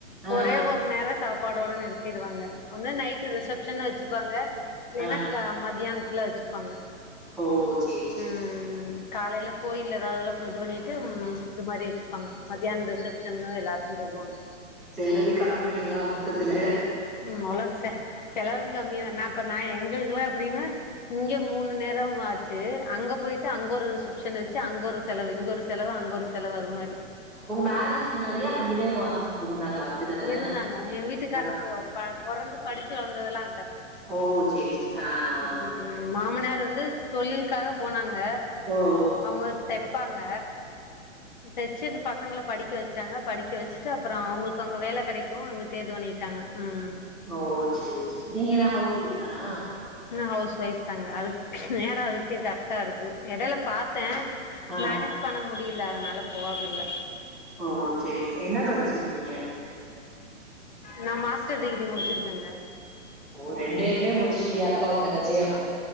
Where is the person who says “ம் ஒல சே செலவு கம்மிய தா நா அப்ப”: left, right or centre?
Left